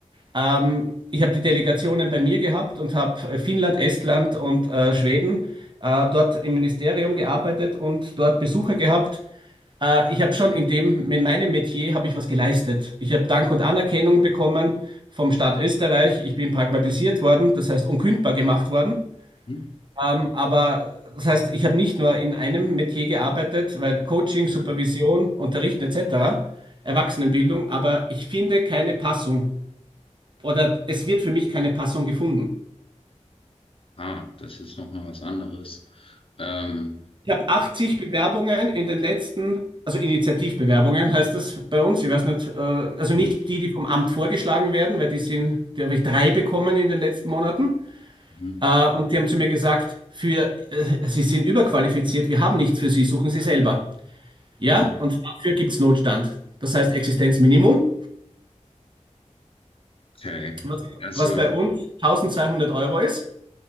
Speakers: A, on the right (about 40°); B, on the left (about 45°).
A: Ähm, ich habe die Delegationen bei mir gehabt und habe äh, Finnland, Estland und äh, Schweden äh, dort im Ministerium gearbeitet und dort Besucher gehabt. Äh, ich habe schon in dem, in meinem Metier habe ich was geleistet. Ich habe Dank und Anerkennung bekommen vom Staat Österreich. Ich bin pragmatisiert worden, das heißt unkündbar gemacht worden.
B: hm,
A: Ähm, aber das heißt, ich habe nicht nur in einem Metier gearbeitet, weil Coaching,
B: ja,
A: Supervision, Unterrichten etc., Erwachsenenbildung, aber ich finde keine Passung oder
B: hm.
A: es wird für mich keine Passung gefunden.
B: ah, das ist nochmal was anderes. Ähm,
A: Ich habe 80 Bewerbungen in den letzten, also Initiativbewerbungen heißt das bei uns, ich weiß nicht, äh, also
B: hm,
A: nicht die, die vom Amt vorgeschlagen werden, weil die sind, die habe ich drei bekommen in den letzten Monaten.
B: mhm,
A: Äh, und die haben zu mir gesagt, für, äh, Sie sind überqualifiziert, wir haben nichts für Sie, suchen Sie selber. Ja,
B: ja,
A: und dafür gibt es Notstand. Das heißt Existenzminimum,
B: okay.
A: was,
B: Also,
A: was bei uns 1200 Euro ist.